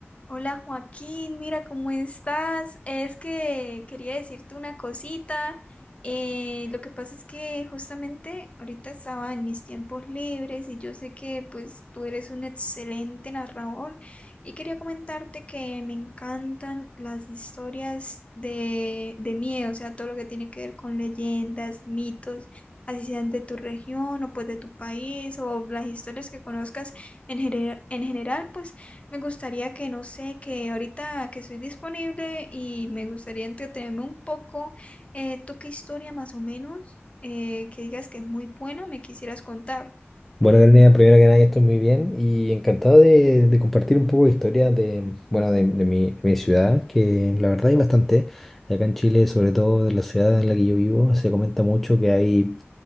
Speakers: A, on the left; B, in the centre.
A: Hola Joaquín, mira cómo estás. Es que quería decirte una cosita. Eh, lo que pasa es que justamente ahorita estaba en mis tiempos libres y yo sé que pues tú eres un excelente narrador y quería comentarte que me encantan las historias de, de miedo, o sea, todo lo que tiene que ver con leyendas, mitos, así sean de tu región o pues de tu país o las historias que conozcas en, gener- en general, pues. Me gustaría que, no sé, que ahorita que soy disponible y me gustaría entretenerme un poco, eh, ¿tú qué historia más o menos eh, que digas que es muy buena me quisieras contar?
B: Bueno, Karina, primero que nada, yo estoy muy bien y encantado de, de compartir un poco de historia de, bueno, de, de mi, de mi ciudad, que la verdad hay bastante. Acá en Chile, sobre todo en la ciudad en la que yo vivo, se comenta mucho que hay